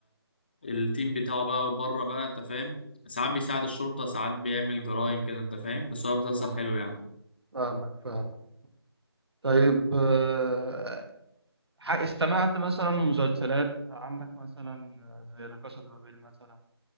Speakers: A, on the left; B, on the right.
A: التيم بتاعه بقى بره بقى انت فاهم ساعات بيساعد الشرطة ساعات بيعمل جرائم كده انت فاهم بس هو مسلسل
B: اه
A: حلو يعني
B: فاهمك فاهمك طيب آه، ح- استمعت مثلا مسلسلات عندك مثلا زي لا كاسا دي بابيل مثلا